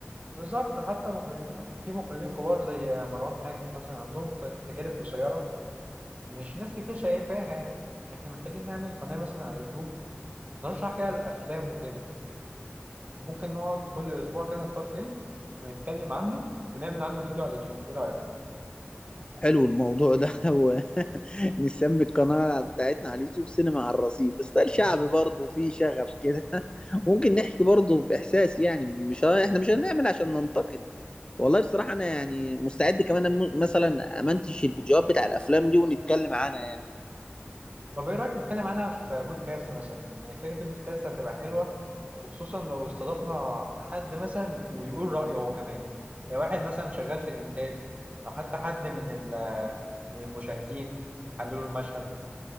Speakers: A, on the right; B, on the left.
A: بالظبط حتى مخرج في مخرجين كبار زي مروان حامد مثلا عندهم ت- تجارب قصيرة مش ناس كتير شايفاها يعني احنا محتاجين نعمل قناة مثلا على اليوتيوب نرشح فيها الأفلام وكده ممكن نقعد كل أسبوع كده نختار فيلم ونتكلم عنه ونعمل عنه فيديو على اليوتيوب ايه رأيك؟
B: حلو الموضوع ده <laughs> هو نسمي القناة بتاعتنا على اليوتيوب سينما على الرصيف ستايل شعبي
A: <laughs>
B: برضه فيه شغف كده <laughs> ممكن نحكي برضه بإحساس يعني مش ه- احنا مش هنعمل عشان ننتقد والله بصراحة أنا يعني مستعد كمان أم- مثلا أمنتش الفيديوهات بتاع الأفلام دي ونتكلم عنها يعني
A: طب ايه رأيك نتكلم عنها في بودكاست مثلا يعني فكرة البودكاست هتبقى حلوة وخصوصا لو استضفنا حد مثلا ويقول رأيه هو كمان يعني واحد مثلا شغال في الإنتاج أو حتى حد من ال- من المشاهدين حللوا المشهد